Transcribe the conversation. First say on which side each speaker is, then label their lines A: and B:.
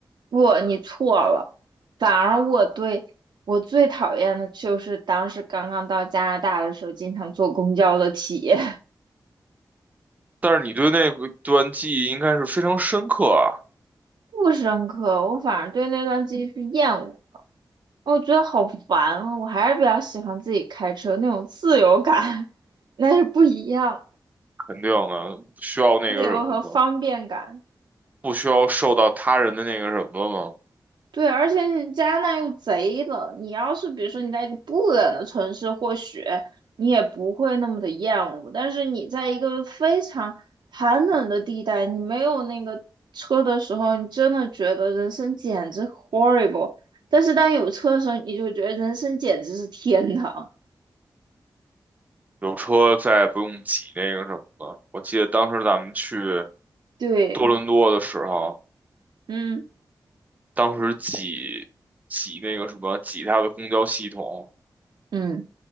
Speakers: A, on the right; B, on the right.
A: 不，你错了，反而我对我最讨厌的就是当时刚刚到加拿大的时候，经常坐公交的体验。
B: 但是你对那个段记忆应该是非常深刻啊，
A: 不深刻，我反而对那段记忆是厌恶的，我觉得好烦啊！我还是比较喜欢自己开车那种自由感，<laughs> 那是不一样，
B: 肯定的，不需要那个什么了吗？
A: 自由和方便感。
B: 不需要受到他人的那个什么了
A: 对，而且你加拿大又贼冷，你要是比如说你在一个不冷的城市，或许你也不会那么的厌恶，但是你在一个非常寒冷的地带，你没有那个车的时候，你真的觉得人生简直 horrible。但是当有车的时候，你就觉得人生简直是天堂。
B: 有车再也不用挤那个什么了。我记得当时咱们去
A: 对，
B: 多伦多的时候，
A: 嗯
B: 当时挤挤那个什么挤它的公交系统，
A: 嗯，